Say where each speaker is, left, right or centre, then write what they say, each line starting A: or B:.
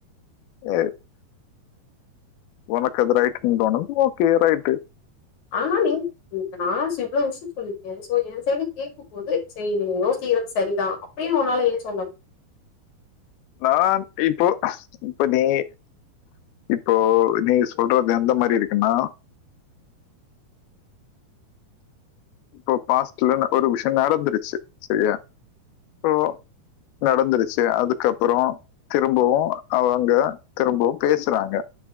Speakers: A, on the left (about 80°); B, on the left (about 55°).
A: ஏ ஒனக்கு அது ரைட்டுனு தோனுது ஓகே ரைட்டு
B: ஆனா நீங் இப்ப நா சோ இவ்ளோ விஷயம் சொல்லிருக்கே சோ என் சைடு கேட்கும் போது செரி நீ யோசிக்கறது சரிதான் அப்டின் ஒன்னால ஏன் சொல்லமுடில
A: நான் இப்போ இப்ப நீ இப்போ நீ சொல்றது எந்த மாரி இருக்குன்னா இப்போ பாஸ்ட்ல ந ஒரு விஷ்யோ நடந்துருச்சு செரியா சோ நடந்துருச்சி அதுக்கப்புறோ திரும்பவு அவுங்க திரும்பவு பேசுறாங்க